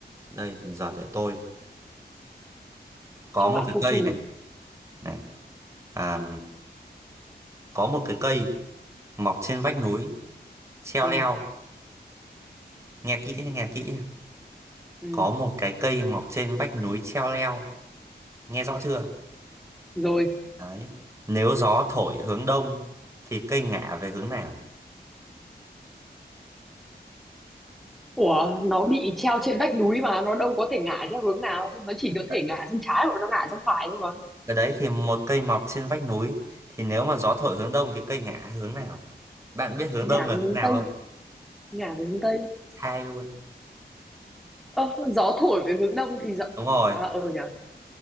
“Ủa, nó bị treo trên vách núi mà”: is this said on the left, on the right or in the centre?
Centre